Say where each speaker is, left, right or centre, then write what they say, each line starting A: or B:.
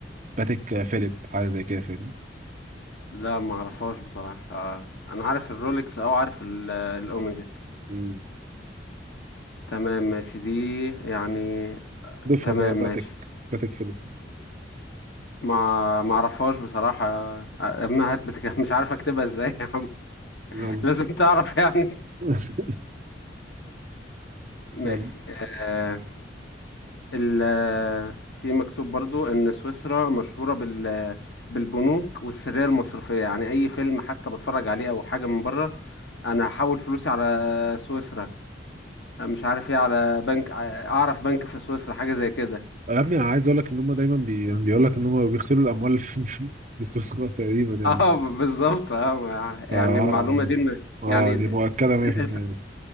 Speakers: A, on the right; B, on the left.
A: باتيك آه، فيليب حاجة زي كده فاهمني
B: لا ما اعرفهاش بصراحة آه، انا عارف الرولكس او عارف ال- الاوميجا
A: مم.
B: تمام ماشي دي يعني
A: ضيفها
B: تمام
A: بقى باتيك
B: ماشي
A: باتيك فيليب دي.
B: ما ما اعرفهاش بصراحة آه، ما هت بتك... <laughs> مش عارف اكتبها ازاي يا عم
A: يلا
B: <laughs> لازم تعرف يعني
A: <laughs>
B: ماشي
A: يلا
B: آه ال آه، في مكتوب برضو ان سويسرا مشهورة بال بالبنوك والسرية المصرفية يعني اي فيلم حتى بتفرج عليه او حاجة من بره انا هحول فلوسي على سويسرا مش عارف ايه على بنك اعرف بنك في سويسرا حاجه زي كده
A: يا ابني انا عايز اقول لك ان هم دايما بي... بيقول لك ان هم بيغسلوا الاموال في في في السويس غلط تقريبا
B: <laughs>
A: يعني
B: اه ب- بالظبط اه ما- يعني
A: فا
B: المعلومه
A: اه
B: دي إن-
A: آه،
B: يعني
A: دي
B: ال-
A: مؤكدة 100%
B: ال- ال-